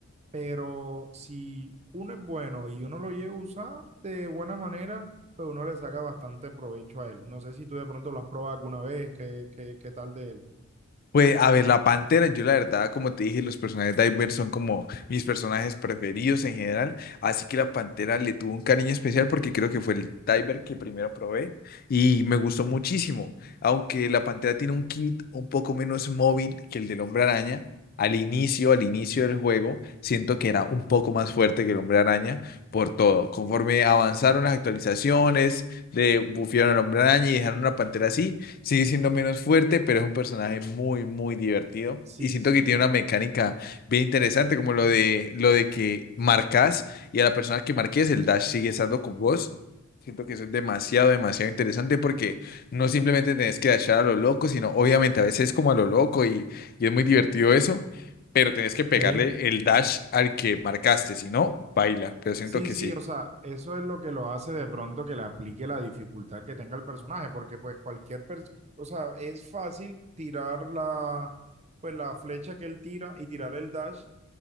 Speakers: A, on the right; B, on the left.
A: pero si uno es bueno y uno lo llega a usar de buena manera, pues uno le saca bastante provecho a él. No sé si tú de pronto lo has probado alguna vez, qué, qué, qué tal de él.
B: Pues a ver, la Pantera, yo la verdad, como te dije, los personajes de Iver son como mis personajes preferidos en general, así que la Pantera le tuvo un cariño especial porque creo que fue el Diver que primero probé y me gustó muchísimo, aunque la Pantera tiene un kit un poco menos móvil que el del Hombre Araña. Al inicio, al inicio del juego, siento que era un poco más fuerte que el Hombre Araña por todo. Conforme avanzaron las actualizaciones, le bufearon al Hombre Araña y dejaron una Pantera así Sigue siendo menos fuerte, pero es un personaje muy, muy divertido.
A: Sí,
B: Y siento
A: sí.
B: que tiene una mecánica bien interesante, como lo de, lo de que marcas y a la persona que marques el dash sigue estando con vos. Siento que eso es demasiado, demasiado interesante porque no simplemente tenés que dashar a lo loco, sino obviamente a veces como a lo loco y, y es muy divertido eso, pero tenés que pegarle
A: Ok.
B: el dash al que marcaste, si no, baila. Pero siento
A: Sí,
B: que
A: sí,
B: sí.
A: o sea, eso es lo que lo hace de pronto que le aplique la dificultad que tenga el personaje, porque pues cualquier, pers- o sea, es fácil tirar la, pues la flecha que él tira y tirar el dash,